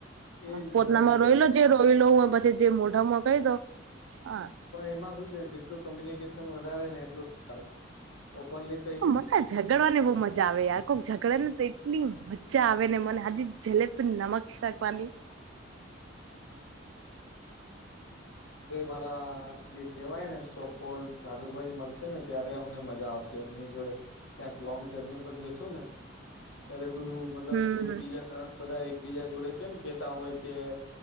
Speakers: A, on the left; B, on the right.
A: એ
B: હ
A: એજ
B: પોતનામાં
A: બધાથી
B: રોઈ
A: બેસ્ટ
B: લો જે રોઈ લો હું પછી જે મોઢામાં કહી દઉ હા
A: પણ એમાં શું છે જેટલું કોમ્યુનિકેશન વધારે ને એટલું ઓપનલીક
B: મને ઝગડવા ને બહુ મજા આવે યાર ઝઘડે ને તો એટલી મજ્જા આવે ને મને હજી જલેબ નમક રાકવાની
A: મારા જે કેહેવાય ને શોકોલ જાદુભાઈ મળશે ને ત્યારે અમને મજા આવશે એમની જોડે ક્યાંક લોંગ જર્ની પર જશુ ને ત્યારે બધું મતલબ
B: હમ
A: એક બીજા તરફ બધા એકબીજા જોડે કેમ કેતા હોય કે